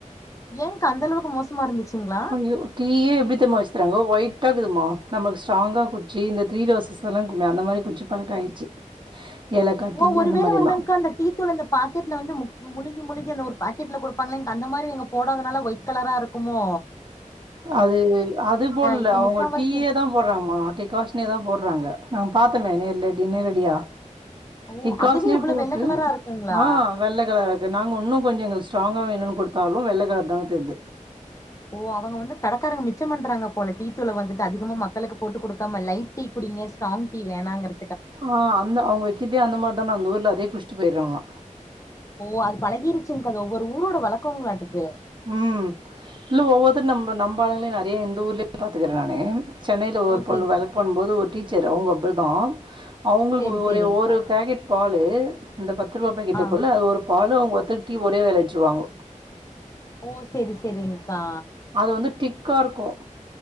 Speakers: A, on the left (about 25°); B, on the right (about 35°).
A: எங்கா அந்தளவுக்கு மோச ம இருந்துச்சுங்களா
B: ஐயோ டீ ஏ எப்புடி தெரிம்ம வச்சிருறாங்க ஒயிட்டாக இருகுதுமா நமக்கு ஸ்ட்ராங்காக குடிச்சு இந்த த்ரீ ரோஸ்சுல்லா இருக்குமே அந்த மாறி குடிச்சு பழக்க ஆயிருச்சு ஏலக்காட்டி
A: ஓ ஒருவேள
B: அந்த மாறி
A: வந்துங்க்கா
B: எல்லா
A: அந்த டீ தூள் அந்த பாக்கெட்ல வந்து முக் முழுகி முழுகி அந்த ஒரு பாக்கெட்டில கொடுப்பாங்களா க்கா அந்த மாறி எங்க போடாதனால ஒயிட் கலரா இரு க்குமோ
B: அது அது போல
A: இப்ப
B: அவுங்க
A: முக்காவாசி
B: டீயே தா போறாங்கே டிகாஷனே தா போடுறாங்க நா பாத்தனே நேரல நேரடியா
A: ஓ
B: டிக்காஸ்ன
A: அதுவே இவ்ளோ
B: போட்டு
A: வெள்ள கலரா இருக்குங்களா
B: ஆ வெள்ளை கலரு நாங்க ஊன்னு கொஞ்ச எங்களுக்கு ஸ்ட்ராங்கா வேணும்னு கொடுத்தாலு வெள்ளைகலரு தா தெரிது
A: ஓ அவுங்க வந்து கடைக்காரங்க மிச்ச பண்றாங்க போல டீ தூளை வந்துட்டு அதிகமா மக்களுக்கு போட்டு கொடுக்காம லைட் டீ குடிங்க ஸ்ராங் டீ வேணாங்கற
B: ஆ அந்த அவுங்க வைக்கிறதே அந்த மாதிரி தானே அந்த ஊர்ல அதே குடிச்சிட்டு போயிருவாங்க
A: ஓ அது பழகிருச்சுங் க்கா அது ஒவ்வொரு ஊரோட வழக்கங்களாட்டுக்கு
B: ம் இல்ல ஒவ்வொருத்தரு நம்ம நம்ப ஆளுங்களையு நெறைய இந்த ஊர்லயு பாத்துக்குறே நானு சென்னையில்ல
A: ஓ
B: ஒரு பொண்ணு
A: செரி
B: வேலைக்கு ஒர்க் பண்ணு போது ஒரு டீச்சர் அவுங்க அப்புடி தா அவுங்களுக்கு
A: செரி செரிங்க்கா
B: ஒரு ஒரு பாக்கெட் பாலு இந்த பத்து ரூபா பாக்கெட்டு
A: ஆ
B: இருக்குமுள்ள அது ஒரு பாலு அவுங்க ஒத்தா டீ ஒரே வேலை வச்சுருவாங்க
A: ஓ சேரி சேரிங்கா
B: அது வந்து டிக்கா இருக்கும்